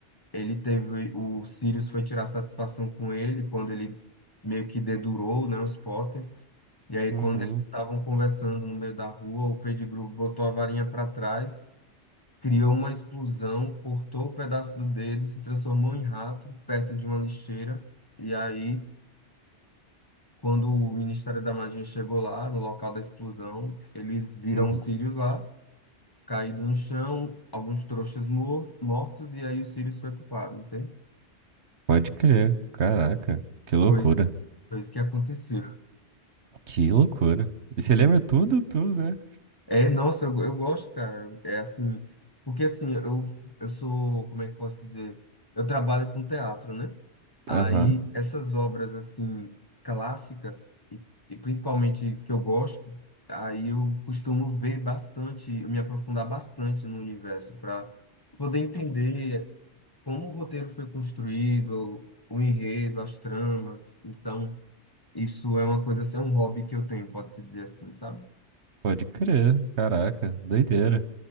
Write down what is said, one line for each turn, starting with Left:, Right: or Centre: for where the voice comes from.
Left: ele teve. O Sirius foi tirar satisfação com ele quando ele meio que dedurou, né, os Potter. E aí,
Right: Uhum.
Left: quando eles estavam conversando no meio da rua, o Pettigrew botou a varinha para trás criou uma explosão, cortou o pedaço do dedo, se transformou em rato perto de uma lixeira. E aí, quando o Ministério da Magia chegou lá, no local da explosão, eles viram
Right: uhum.
Left: o Sirius lá, caído no chão, alguns trouxas mor mortos, e aí o Sirius foi culpado, entende?
Right: Pode crer. Caraca, que loucura.
Left: Foi isso, foi isso que aconteceu.
Right: Que loucura. E você lembra
Left: É
Right: tudo, tudo, né?
Left: É, nossa, eu, eu gosto, cara. É assim, porque assim, eu, eu sou, como é que eu posso dizer? Eu trabalho com teatro, né? Aí
Right: Aham,
Left: essas obras assim clássicas e, e principalmente que eu gosto, aí eu costumo ver bastante, me aprofundar bastante no universo para poder entender como o roteiro foi construído, o enredo, as tramas. Então, isso é uma coisa assim, é um hobby que eu tenho, pode-se dizer assim, sabe?
Right: pode crer. Caraca, doideira.